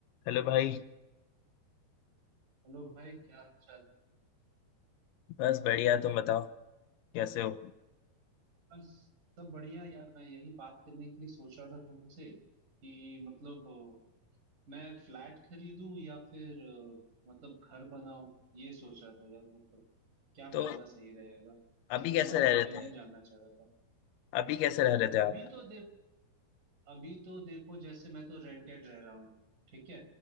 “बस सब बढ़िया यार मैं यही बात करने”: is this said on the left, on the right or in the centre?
Right